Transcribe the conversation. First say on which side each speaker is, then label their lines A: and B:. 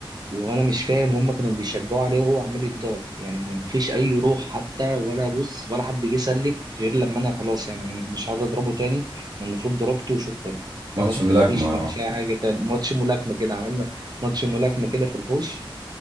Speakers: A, on the right; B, on the right.
A: وانا مش فاهم هم كانوا بيشجعوا عليه وهو عمال يتضرب يعني ما ما فيش اي روح حتى ولا بص ولا حد جه سلك غير لما انا خلاص يعني أنا مش عايز اضربه تاني أنا المفروض ضربته وشكرا
B: ماتش
A: فبس
B: ملاكمة
A: ما فيش ما فيش
B: اه
A: اي حاجه تاني ماتش ملاكمه كده عملنا ماتش ملاكمه كده في الحوش